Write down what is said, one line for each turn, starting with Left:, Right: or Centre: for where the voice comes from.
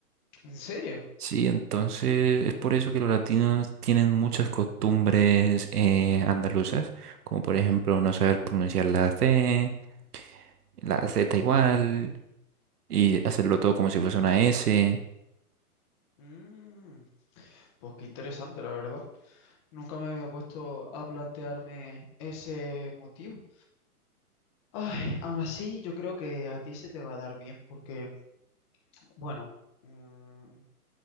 Left: ¿En serio?
Right: Sí, entonces es por eso que los latinos tienen muchas costumbres eh, andaluzas, como por ejemplo no saber pronunciar la C, la Z igual, y hacerlo todo como si fuese una S.
Left: Mm, pues qué interesante, la verdad. Nunca me había puesto a plantearme ese motivo. Ay, aún así, yo creo que a ti se te va a dar bien porque, bueno, mm,